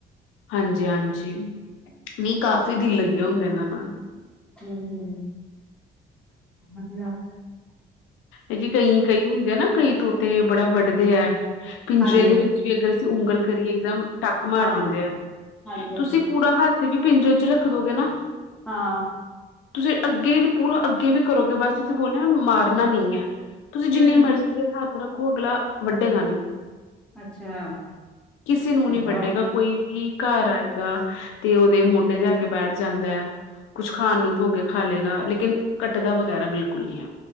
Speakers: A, on the left (about 90°); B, in the centre.
A: ਹਾਂਜੀ-ਹਾਂਜੀ, ਨੀ ਕਾਫ ਦਿਲ ਲਗਿਆ ਹੁੰਦਾ ਇਹਨਾਂ ਨਾਲ।
B: ਹੁੰ, ਹੁੰ, ਵਦੀਆ।
A: ਇਹ ਜੇ ਕਈ ਕਈ ਹੁੰਦੇ ਆ ਨਾ ਕਈ ਤੋਤੇ ਬੜਾ ਵਢਦੇ ਐ। ਪਿੰਜਰੇ
B: ਹਾਂਜੀ
A: ਦੇ ਵਿੱਚ ਵੀ ਅਗਰ ਅਸੀਂ ਉਂਗਲ ਕਰੀਏ ਇੱਕਦਮ ਟੱਕ ਮਾਰ
B: ਹਾਂ
A: ਦਿੰਦੇ ਐ।
B: ਹਾਂਜੀ ਹਾਂਜੀ
A: ਤੁਸੀ ਪੂਰਾ ਹੱਥ ਵੀ ਪਿੰਜਰੇ ਚ ਰੱਖ ਦੋਗੇ ਨਾ।
B: ਹਾਂ।
A: ਤੁਸੀ ਅੱਗੇ ਵੀ ਪੂਰਾ ਅੱਗੇ ਵੀ ਕਰੋਗੇ ਬਸ ਤੁਸੀ ਬੋਲਿਆ ਨਾ ਮਾਰਨਾ ਨਹੀਂ ਐ। ਤੁਸੀਂ ਜਿੰਨੀ
B: ਹੂੰ
A: ਮਰਜ਼ੀ ਦੇਰ ਹੱਥ ਰੱਖੋ ਅਗਲਾ ਵੱਡੇਗਾ ਨਹੀਂ।
B: ਅੱਛਾ
A: ਕਿਸੇ ਨੂੰ
B: ਚੰਗਾ
A: ਨਹੀਂ ਵੱਡੇਗਾ।
B: ਨਾ
A: ਕੋਈ ਵੀ ਕਾਰ ਆਏਗਾ ਤੇ ਉਹਦੇ ਮੋਢੇ ਜਾ ਕੇ ਬੈਠ ਜਾਂਦਾ ਐ ਕੁੱਛ ਖਾਣ ਨੂੰ ਦੋਗੇ ਖਾ ਲਏਗਾ, ਲੇਕਿਨ ਕੱਟਦਾ ਵਗੈਰਾ ਬਿਲਕੁੱਲ ਨਹੀਂ ਐ।